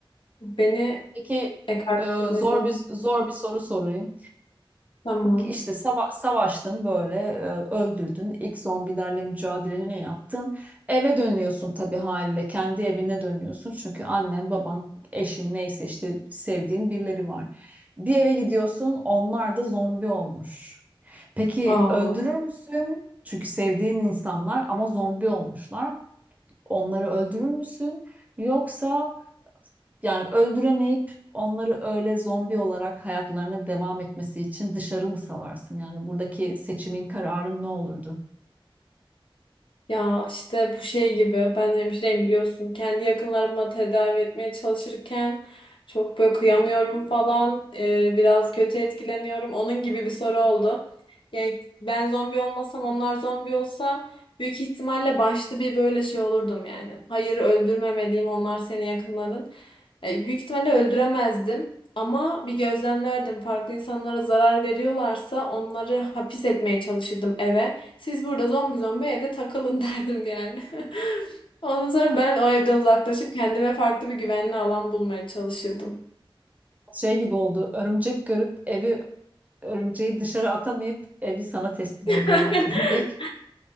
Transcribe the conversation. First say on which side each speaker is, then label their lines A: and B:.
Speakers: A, on the left; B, on the right.
A: Beni
B: <laughs> Peki
A: ekart
B: e,
A: etmesine
B: zor bir zor bir soru sorayım.
A: tamam.
B: işte sava- savaştın böyle e, öldürdün ilk zombilerle mücadeleni yaptın eve dönüyorsun tabii haliyle kendi evine dönüyorsun çünkü annen baban eşin neyse işte sevdiğin birileri var bir eve gidiyorsun onlar da zombi olmuş peki
A: Aa,
B: öldürür müsün çünkü sevdiğin insanlar ama zombi olmuşlar onları öldürür müsün yoksa yani öldüremeyip onları öyle zombi olarak hayatlarına devam etmesi için dışarı mı salarsın? Yani buradaki seçimin kararın ne olurdu?
A: ya işte bu şey gibi ben hemşireyim biliyorsun. Kendi yakınlarıma tedavi etmeye çalışırken çok böyle kıyamıyorum falan. Ee, biraz kötü etkileniyorum. Onun gibi bir soru oldu. Yani ben zombi olmasam onlar zombi olsa büyük ihtimalle başta bir böyle şey olurdum yani. Hayır öldürmemeliyim onlar senin yakınların. E, Büyük ihtimalle öldüremezdim ama bir gözlemlerdim. Farklı insanlara zarar veriyorlarsa onları hapis etmeye çalışırdım eve. Siz burada zombi zombi evde takılın <laughs> derdim yani. <laughs> Ondan sonra ben o evden uzaklaşıp kendime farklı bir güvenli alan bulmaya çalışırdım.
B: Şey gibi oldu. Örümcek görüp evi örümceği dışarı atamayıp evi sana teslim
A: <laughs>
B: ediyorum. <laughs> diye.